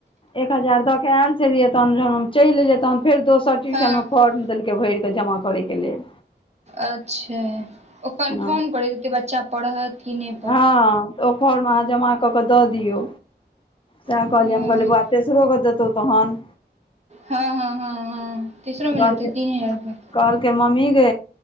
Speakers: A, on the left; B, on the right.
A: एक हजार दऽ के ऐल छलियै तहन जहन हम चलि एलिये तहन फेर दोसर ट्यूशन
B: हँ
A: मे फॉर्म देलकै भरिके जमा करे के लेल
B: अच्छा ओ कन्फर्म
A: हँ
B: करैत हतै बच्चा पढ़त कि नहि
A: हँ ओ फॉर्म अहाँ जमा कऽ के दऽ दियौ सेह
B: पढ़त
A: कहलियै हम कहलिये ब तेसरो गो देतौ तहन
B: हँ हँ हँ हँ तीसरो मे
A: कहलकै
B: लगतेै तीन हजार रुपेया
A: कहलकै मम्मी गे